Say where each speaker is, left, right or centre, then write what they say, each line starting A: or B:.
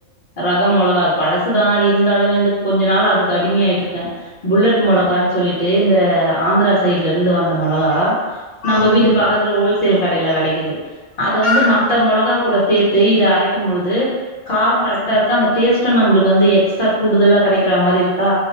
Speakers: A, on the left; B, on the left.
A: ரகம் மொளகா அது பழசுதா இருந்தாலு வந்து கொஞ்ச நாள் அதுக்கு அடிமயா ஆயிட்டு இருக்க புல்லட் மொளகான்
B: ம்.
A: சொல்லிட் டே இந்த ஆந்திரா சைடுல இருந்து வந்த மொளகா நம்ம
B: ம்.
A: வீட்டு பக்கத்துல ஹோல்சேல் கடைல கெடைக்குது அத வந்து
B: ம்.
A: மத்த மொளகா கூட இத அரைக்கும் பொழுது கார கரெக்டா
B: ம்.
A: இருக்க அந்த டேஸ்ட் <unintelligible> நம்மளுக்கு வந்து எக்ஸ்ட்ரா கூடுதலா கேடைக்கற மாரி இருக்கா